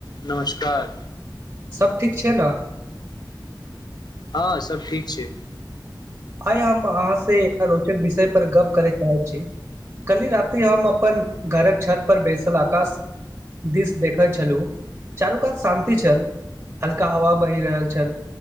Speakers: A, on the left (about 60°); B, on the right (about 25°).
A: नमस्कार
B: सब ठीक छै नऽ
A: हँ सब ठीक छै
B: आइ हम अहाँ से एकटा रोचक विषय पर गप करे चाहै छी काल्हि राात हम अपन घरक छत पर बैसल आकाश दिस देखैत छलु चारू कात शान्ति छल हल्का हवा बहि रहल छल